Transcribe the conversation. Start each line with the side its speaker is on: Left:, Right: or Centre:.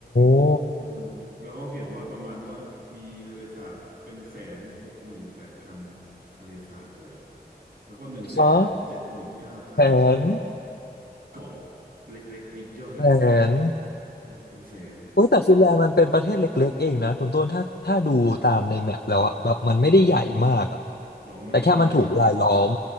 Left: ้
Right: เออแล้วเขาเขียนว่าประมาณว่ามีทะเลสาบเป็นแสนหกหมื่นแปดพันทะเลสาบเลยอะแล้วก็หนึ่งแสนเจ็ดหมื่นเก้าพัน
Left: ขอแผน
Right: <laughs> เกาะเล็กๆยิบย่อย
Left: แผน
Right: ใช่เป็นแสน
Left: อุ้ยแต่ฟินแลนด์มันเป็นประเทศเล็กๆเองนะคุณต้นถ้าถ้าดูตามในแมปแล้วอะแบบมันไม่ได้ใหญ่มากอะ
Right: อืม แต่ว่ามันจะมี
Left: แต่แค่มันถูกรายล้อม